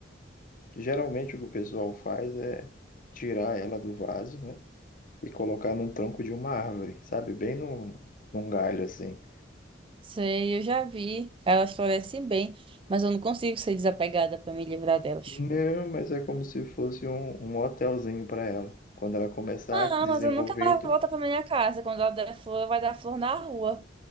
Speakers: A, on the left; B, on the right.
A: Geralmente o que o pessoal faz é tirar ela do vaso, né, e colocar num tronco de uma árvore, sabe? Bem num, num galho assim.
B: Sei, eu já vi. Elas florescem bem, mas eu não consigo ser desapegada pra me livrar delas.
A: Não, mas é como se fosse um, um hotelzinho para ela. Quando ela começar
B: Ah,
A: a
B: não,
A: desenvolver,
B: mas eu nunca mais
A: tu
B: volto pra minha casa. Quando ela der flor, vai dar flor na rua.